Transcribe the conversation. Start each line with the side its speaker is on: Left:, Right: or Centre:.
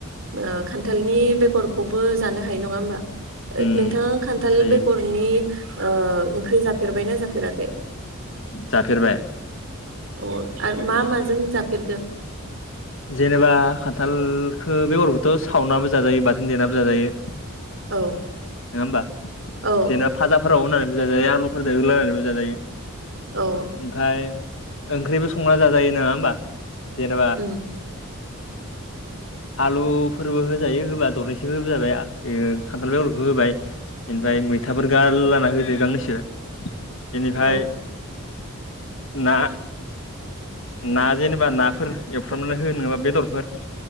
Right: ओ खान्थालनि बेगरखौबो जानो हायो नंङा होमबा
Left: उम
Right: नोंथांङा खान्थाल
Left: जायो
Right: बेगरनि ओ ओंख्रि जाफेरबायना जाफेराखै
Left: जाफेरबाय
Right: अ आरो
Left: ओ
Right: मा माजों जाफेरखो
Left: जेनेबा खान्थालखो बेगरखोथ' सावनाबो जाजायो बाथोन देनाबो जाजायो। नंङा
Right: औ
Left: होमबा
Right: औ
Left: जेन' भाजाफोराव होनानैबो जाजायो आलुफोरजों होलानानैबो जाजायो।
Right: औ
Left: ओमफाय ओंख्रिबो संना जाजायो नंङा होमबा जेनेबा
Right: <unintelligible>
Left: आलुफोरबो होजायो होबा दरनैसो होजानाय खान्थाल बेगरखौ होबाय इनिफ्राय मैथाफोर गार्लाना होदो गांनैसो बेनिफाय
Right: औ
Left: ना ना जेनेबा नाफोर एवफ्रामनानै हो नंङाबा बेदरफोर